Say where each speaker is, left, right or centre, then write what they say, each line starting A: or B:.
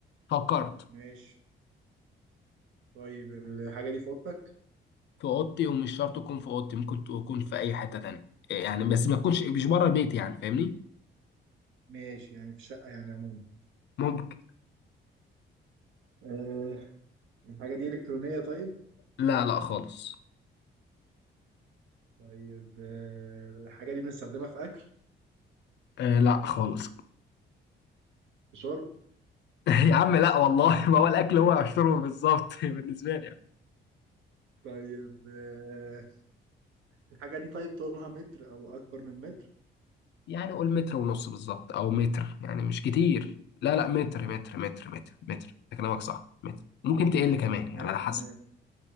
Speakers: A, on the left (about 60°); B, on the right (about 80°).
A: فكرت
B: ماشي طيب الحاجة دي في اوضتك
A: في اوضتي ومش شرط تكون في اوضتي ممكن تكون في اي حته تانية إيه، يعني بس ما تكونش مش بره البيت يعني فاهمني
B: ماشي يعني في شقة يعني عموما
A: ممكن
B: آه الحاجة دي إلكترونية طيب
A: لا لا خالص
B: طيب آه الحاجة دي بنستخدمها في أكل
A: آه لا خالص
B: في شرب
A: <laughs> يا عم لا والله ما هو الاكل هو عشره بالظبط <laughs> بالنسبه لي يعني
B: طيب آه الحاجة دي طيب طولها متر أو أكبر من متر
A: يعني قول متر ونص بالظبط او متر يعني مش كتير لا لا متر متر متر متر متر انت كلامك صح متر ممكن تقل كمان
B: متر
A: يعني على حسب
B: متر